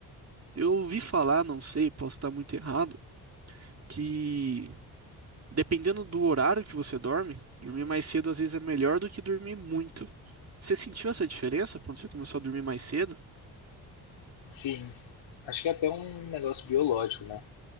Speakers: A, on the right; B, on the left.
A: Eu ouvi falar, não sei, posso estar muito errado, que dependendo do horário que você dorme, dormir mais cedo às vezes é melhor do que dormir muito. Você sentiu essa diferença quando você começou a dormir mais cedo?
B: Sim, acho que é até um negócio biológico, né?